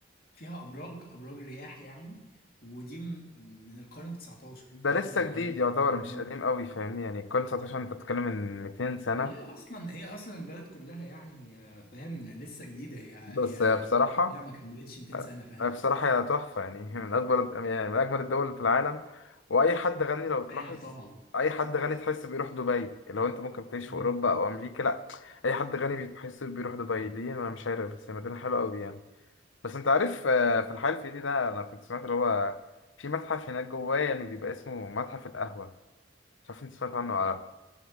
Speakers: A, on the left (about 50°); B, on the left (about 80°).
A: فيها ابراج ابراج رياح يعني ودي م- من القرن 19
B: ده
A: فاهم
B: لسه
A: يعني
B: جديد يعتبر
A: من
B: مش قديم قوي فاهمني يعني الكون 19 انت بتتكلم من 200 سنة
A: ما هي اصلا هي اصلا البلد كلها يعني آه، فاهم لسه جديده هي هي
B: بس هي
A: البلد
B: بصراحة
A: كلها ما كملتش 200 سنه فاهم
B: هي بصراحة هي تحفة يعني <laughs> من أكبر يعني من أجمل الدول في العالم وأي حد غني لو تلاحظ
A: ايه طبعا
B: أي حد غني تحس بيروح دبي لو أنت ممكن تعيش
A: مم.
B: في أوروبا أو أمريكا لأ أي حد غني بتحس بيروح دبي ليه أنا مش عارف بس هي مدينة حلوة أوي يعني بس أنت عارف آه، في الحي الفقيدي ده أنا كنت سمعت اللي هو في متحف هناك جواه يعني بيبقى اسمه متحف القهوة مش عارف أنت سمعت عنه ولا لأ